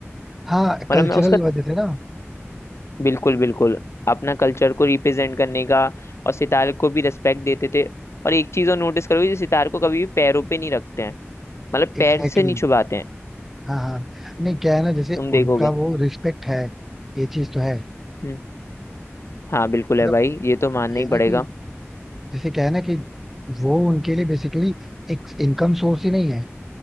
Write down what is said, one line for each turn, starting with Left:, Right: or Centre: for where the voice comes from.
Centre: हाँ
Left: मतलब
Centre: कल्चरल
Left: मैं उसका
Centre: वजह से ना
Left: बिल्कुल बिल्कुल अपना कल्चर को रिप्रेजेंट करने का और सितार को भी रिस्पेक्ट देते थे और एक चीज और नोटिस करोगे जो सितार को कभी भी पैरों पे नहीं रखते हैं मतलब पैर
Centre: Exactly
Left: से नहीं
Centre: exactly.
Left: छुपाते हैं
Centre: हाँ हाँ नहीं क्या है ना जैसे
Left: तुम देखोगे
Centre: उनका वो रिस्पेक्ट है ये चीज तो है
Left: हम्म हाँ बिल्कुल
Centre: मतलब
Left: है भाई ये तो मानना
Centre: ये
Left: ही
Centre: है ना
Left: पड़ेगा
Centre: कि जैसे क्या है ना कि वो उनके लिए बेसिकली एक इनकम सोर्स ही नहीं है